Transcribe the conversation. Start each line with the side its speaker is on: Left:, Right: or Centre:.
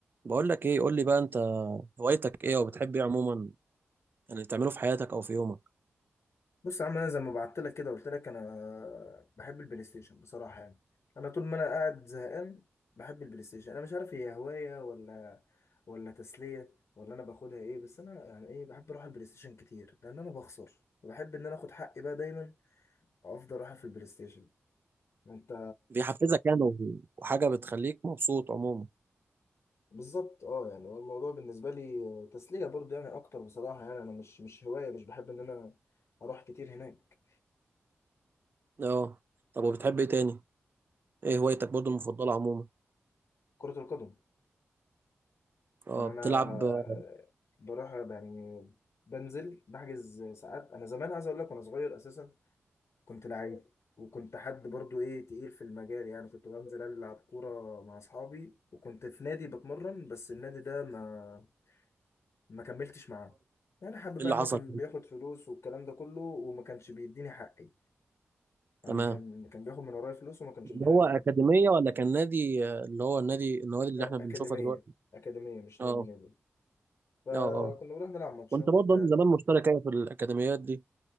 Right: بقول لك ايه قول لي بقى انت هوايتك ايه او بتحب ايه عموما يعني تعمله في حياتك او في يومك
Left: بص يا عم انا زي ما بعت لك كده قلت لك انا بحب البلاي ستيشن بصراحه يعني انا طول ما انا قاعد زهقان بحب البلاي ستيشن انا مش عارف هي هوايه ولا ولا تسليه ولا انا باخدها ايه بس انا يعني ايه بحب اروح البلاي ستيشن كتير لان انا بخسر وبحب ان انا اخد حقي بقى دايما وافضل اروح في البلاي ستيشن انت
Right: بيحفزك يعني و- وحاجه بتخليك مبسوط عموما
Left: بالظبط اه يعني هو الموضوع بالنسبه لي تسليه برضه يعني اكتر بصراحه يعني انا مش مش هوايه مش بحب ان انا اروح كتير هناك
Right: اه طب وبتحب ايه تاني ايه هوايتك برضو المفضله عموما
Left: كره القدم
Right: اه
Left: يعني
Right: بتلعب
Left: انا
Right: اه
Left: بروح يعني بنزل بحجز ساعات انا زمان عايز اقول لك وانا صغير اساسا كنت لعيب وكنت حد برضو ايه تقيل في المجال يعني كنت بنزل العب كوره مع اصحابي وكنت في نادي بتمرن بس النادي ده ما ما كملتش معاه يعني حابب
Right: ايه
Left: بقى
Right: اللي
Left: ان
Right: حصل
Left: هو كان بياخد فلوس والكلام ده كله وما كانش بيديني حقي يعني
Right: تمام
Left: كان كان بياخد من ورايا فلوس وما كانش
Right: اللي
Left: بيديني
Right: هو
Left: حقي
Right: اكاديميه ولا كان نادي آه، اللي هو النادي النوادي اللي
Left: لا
Right: احنا بنشوفها
Left: اكاديميه
Right: دلوقتي
Left: اكاديميه مش نادي
Right: اه
Left: نادي فكنا
Right: اه اه
Left: بنروح نلعب ماتشات
Right: كنت برضه
Left: وبتاع
Right: أنا زمان مشترك أوي في الاكاديميات دي